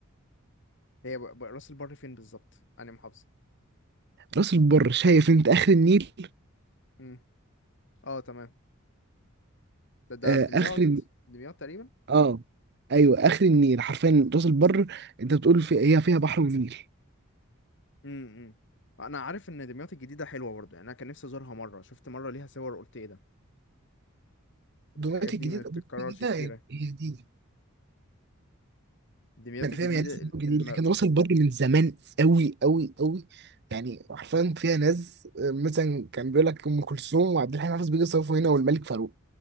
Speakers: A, on the left; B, on the right.
A: هي ب... ب... راس البر فين بالظبط أنا محافظة
B: راس البر شايف انت اخر النيل
A: امم اه تمام ده ده
B: آه
A: في دمياط
B: اخر الن-
A: دمياط تقريبا
B: اه ايوه اخر النيل حرفيا راس البر انت بتقول في هي فيها بحر ونيل
A: امم أنا عارف إن دمياط الجديدة حلوة برضه يعني أنا كان نفسي أزورها مرة شفت مرة ليها صور قلت إيه ده
B: دلوقتي
A: الحاجات دي
B: الجديد
A: ما بتتكررش
B: دلوقتي الجديدة
A: كتير
B: يعني
A: يعني.
B: هي جديدة
A: دمياط
B: يعني
A: الجديدة
B: فاهم هي لسه
A: ال-
B: جديد
A: الم...
B: لكن راس البر من زمان قوي قوي قوي يعني حرفيا فيها ناس آه، مثلا كان بيقول لك ام كلثوم وعبد الحليم حافظ بيجي يصرفوا هنا والملك فاروق